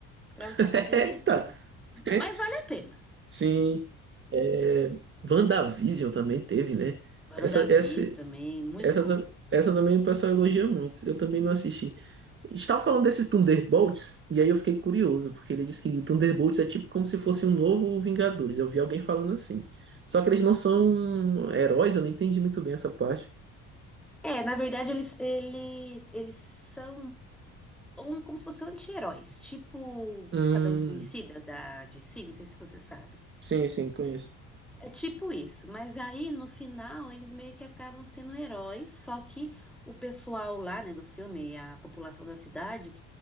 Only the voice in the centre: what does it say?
pra você conseguir
assistir tudo.
Mas vale a pena.
WandaVision
também, muito
boa.
É, na verdade, eles, eles, eles são um, como se fossem anti-heróis, tipo
Esquadrão Suicida da DC, não sei se você sabe.
É tipo isso, mas aí no final eles meio que acabam sendo heróis, só que o pessoal lá, né, do filme, a população da cidade,